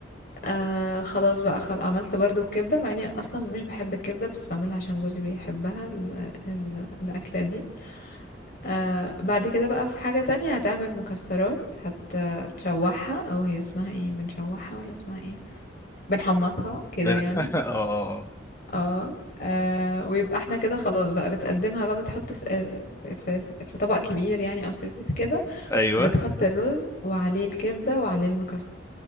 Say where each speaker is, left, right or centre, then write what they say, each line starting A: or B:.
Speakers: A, on the left; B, on the left.
A: آه خلاص بقى خل... عملت برضو الكبده مع اني اصلا مش بحب الكبده بس بعملها عشان جوزي بيحبها ال... ال... الاكله دي آه بعد كده بقى في حاجه تانية هتعمل مكسرات هتشوحها او هي اسمها ايه بنشوحها ولا اسمها ايه بنحمصها كده
B: <laughs>
A: يعني
B: آه
A: اه آه، ويبقى احنا كده خلاص بقى بتقدمها بقى بتحط س- آه، في في طبق كبير يعني او سيرفيس كده
B: أيوه
A: بتحط الرز وعليه الكبدة وعليه المكسرات